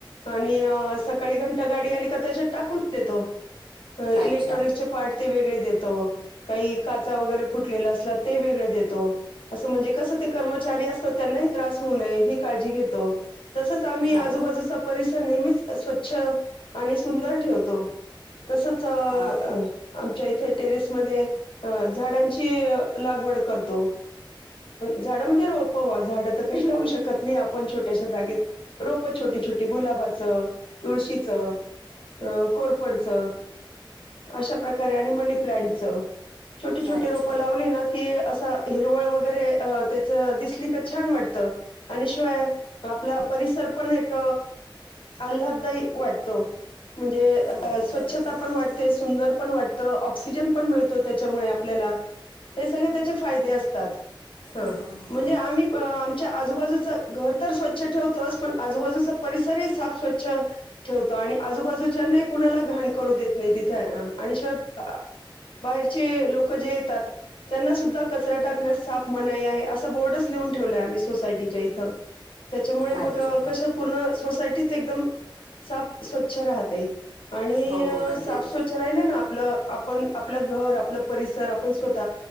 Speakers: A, on the left (about 80°); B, on the right (about 80°).
A: आणि सकाळी घंटा गाडी आली का त्याच्यात टाकून देतो इलेक्ट्रॉनिक्चे
B: अच्छा
A: पार्ट ते वेगळे देत काही काचा वगैरे फुटलेल्या असला ते वेगळे देतो असं म्हणजे कस ते कर्मचारी असत त्यांना हि त्रास होऊ नये हि काळजी घेतो तसंच आम्ही
B: हां
A: आजूबाजूचा परिसर नेहमीच स्वच्छ आणि सुंदर ठेवतो तसंच आ
B: हां
A: आमच्या इथे टेरेसमध्येध्ये झाडांची लागवड करतो झाडं म्हणजे रोप वा झाड तर काही लावू शकत नाही आपण छोट्याश्या जागेत रोप छोटी छोटी गुलाबाचं तुळशीचं कोरपडचं अशा प्रकारे आणि मनी प्लांटचं छोटे छोटे
B: अच्छा
A: रोपं लावली ना की हिरवळ वगैरे त्याच दिसली तर छान वाटत आणि शिवाय आपला परिसर पण एक अल्हदाई वाटतो. म्हणजे
B: हो
A: स्वच्छता
B: बरोबर
A: पण वाटते. ते सुंदर पण वाटतं. ऑक्सिजन पण मिळतो त्याच्यामुळे आपल्याला हे सगळे त्याचे फायदे असतात. हा
B: हो
A: म्हणजे
B: हो
A: आम्ही आ आजूबाजूचं घर तर स्वच्छ ठेवतोच पण आजूबाजूचा परिसरही साफ स्वच्छ ठेवतो आणि आजूबाजूच्याना कुणाला घाण करू देत नाही तिथे आणि शिवाय बाहेरचे लोक जे येतात त्यांना सुद्धा कचरा टाकण्यास साफ मनाई आहे असा बोर्डच लिहून ठेवलाय आम्ही सोसायटीच्या इथं त्याच्यामुळे मग
B: अच्छा
A: कशं पूर्ण सोसायटीत एकदम साफ स्वच्छ राहते. आणि
B: हो म्हणजे
A: साफ स्वच्छ राहिला ना आप आपल आपण आपलं घर आपलं परिसर आपण स्वत